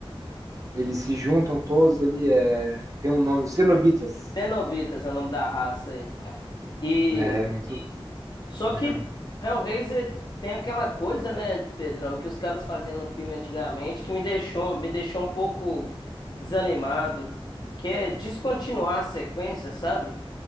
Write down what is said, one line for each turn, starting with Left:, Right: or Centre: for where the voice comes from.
Right: Eles se juntam todos ali, é, tem um nome, cenobitas.
Left: Cenobitas é o nome da raça aí. E
Right: né, É muito
Left: só
Right: legal.
Left: que Hellraiser tem aquela coisa, né, Pedrão, que os caras faziam no filme antigamente que me deixou, me deixou um pouco desanimado, que é descontinuar a sequência, sabe?